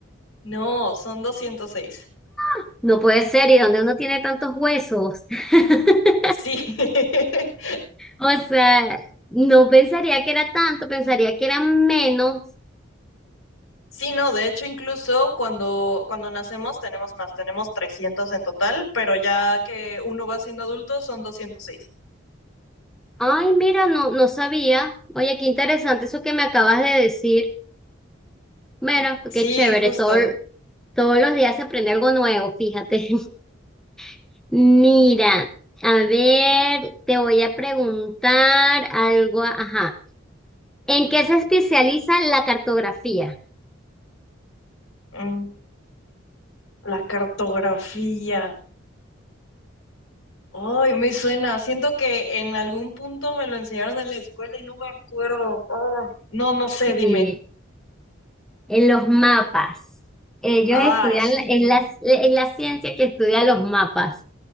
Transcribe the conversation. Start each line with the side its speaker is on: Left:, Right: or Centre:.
Left: No, son 206.
Centre: Ah, No puede ser, ¿y dónde uno tiene tantos huesos? <laughs>
Left: Sí. <laughs>
Centre: O sea, no pensaría que era tanto, pensaría que era menos.
Left: Sí, no, de hecho incluso cuando, cuando nacemos tenemos más, tenemos 300 en total, pero ya que uno va siendo adulto son 206.
Centre: Ay, mira, no, no sabía. Oye, qué interesante eso que me acabas de decir. Bueno,
Left: Sí,
Centre: qué chévere,
Left: justo.
Centre: todo, todos los días se aprende algo nuevo, fíjate. <laughs> Mira, a ver, te voy a preguntar algo, ajá. ¿En qué se especializa la cartografía?
Left: Mm, la cartografía. Ay, me suena. Siento que en algún punto me lo enseñaron en la escuela y no me acuerdo. Oh, no, no sé,
Centre: Sí,
Left: dime.
Centre: en los mapas. Ellos
Left: Ay,
Centre: estudian,
Left: sí.
Centre: la- es la, es la ciencia que estudia los mapas.